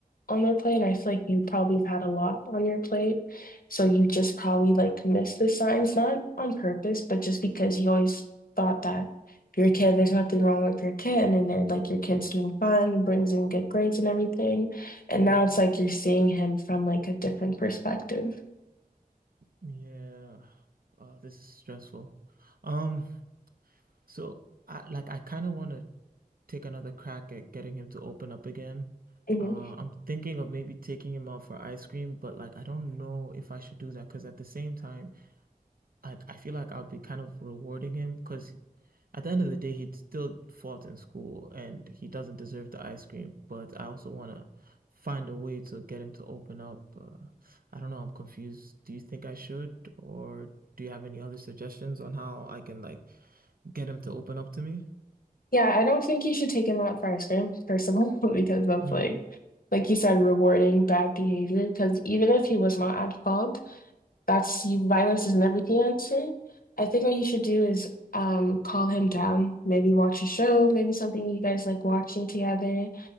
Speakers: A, on the left (about 70°); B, on the right (about 70°).
A: on their plate, and I feel like you probably have had a lot on your plate, so you just probably like missed the signs, not on purpose, but just because you always thought that if you're a kid, there's nothing wrong with your kid, and then they're like your kid's doing fine, brings in good grades and everything, and
B: Oh
A: now
B: my God.
A: it's like you're seeing him from like a different perspective.
B: Yeah. Uh, this is stressful. Um, so I like I kind of want to take another crack at getting him to open up again.
A: hmm
B: Uh, I'm thinking of maybe taking him out for ice cream, but like I don't know if I should do that because at the same time, I I feel like I'll be kind of rewarding him because At the end of the day, he still fought in school and he doesn't deserve the ice cream, but I also want to find a way to get him to open up. Uh, I don't know, I'm confused. Do you think I should, or do you have any other suggestions on how I can like get him to open up to me?
A: Yeah, I don't think you should take him out for ice cream, first of all, <laughs> because that's
B: Hmm.
A: like, like you said, rewarding bad behavior. Because even if he was not at fault, that's you, violence is never the answer. I think what you should do is um call him down, maybe watch a show, maybe something you guys like watching together